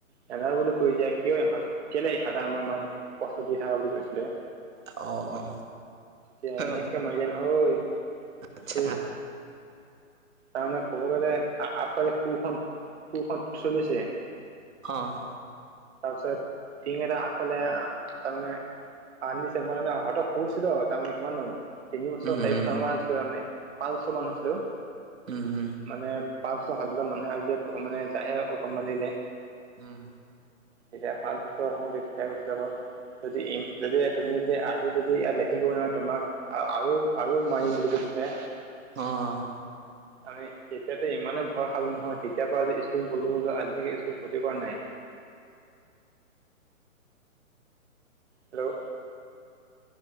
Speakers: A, on the right; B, on the right.
A: নেযাওঁ বুলি কৈ দিয়া, কিয় ইহঁতে কেলে ইহঁতে আমাৰ মানে কষ্ট দি থাকা বুলি কৈছিলে।
B: অ', অ'।
A: এতিয়া এনেকে
B: অ
A: মাৰিলে নহয়,
B: আচ্ছা
A: তোৰ তাৰমানে ক'ব গ'লে আগফালে কোৰখন, কোৰখন চলিছে।
B: অ'।
A: তাৰপাছত টিং এটা আগফালে তাৰমানে আনিছে মইে মানে হঠাৎ শুইছিলোঁ তাৰমানানে কিমান দ'ম তিন বছৰ,
B: উম
A: চাৰি বছৰমানান হৈছিলে মানে পাঁচ বছৰমানান হৈছিলোঁ।
B: উম, উম।
A: মানে পাঁচ ছ সাতজন মানুহে আজিলে প্ৰথম মানে যায়হে অকণমানিলে
B: উম।
A: তেতিয়া পাঁচ বছৰৰ সময়তে তেতিয়া গৈছিলোঁ আকৌ। যদি যদি তুমি যদি আজি যদি লেটিং কৰিব নোৱাৰা তোমাক আৰু আৰু মাৰিম বুলি কৈছিলে।
B: অ', অ'।
A: আমি তেতিয়াতো ইমান ভয় খালোঁ নহয়, তেতিয়া পৰা আজি স্কুল গ'লো বুলো আজিলৈকে স্কুল ক্ষতি কৰা নাই। হেল্ল'।